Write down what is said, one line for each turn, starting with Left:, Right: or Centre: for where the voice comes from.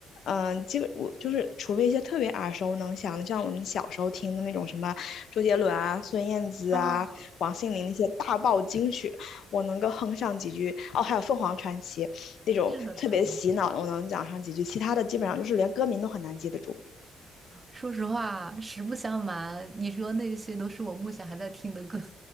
Left: 嗯、呃基本我就是除非一些特别耳熟能详的，像我们小时候听的那种什么周杰伦啊、孙燕姿啊、
Right: 嗯，
Left: 王心凌那些大爆金曲，我能够哼上几句。哦，还有凤凰传奇那种特别洗脑的，
Right: 是的，是的。
Left: 我能讲上几句，其他的基本上就是连歌名都很难记得住。
Right: 说实话，实不相瞒，你说那些都是我目前还在听的歌。<laughs>